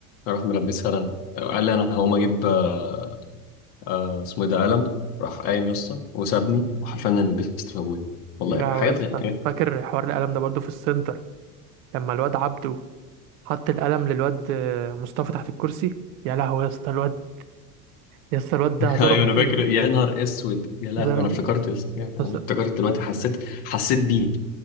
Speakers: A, on the left; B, on the right.
A: راح ملبسها لنا قال لي انا هقوم اجيب آه، آه، اسمه ايه ده قلم راح قايم يسطا وسابني وحرفيا انا لبست في ابويا والله
B: يا لهوي
A: حاجات
B: يا اسطى
A: غ...
B: فاكر حوار القلم ده برضو في السنتر لما الواد عبده حط القلم للواد آه، مصطفى تحت الكرسي يا لهوي يا اسطى الواد يا اسطى الواد ده هزاره
A: ايوه
B: غشيم
A: انا فاكر يا نهار اسود يا لهوي
B: هزاره
A: انا افتكرت يا اسطى انا
B: بس-
A: افتكرت دلوقتي حسيت حسيت بيه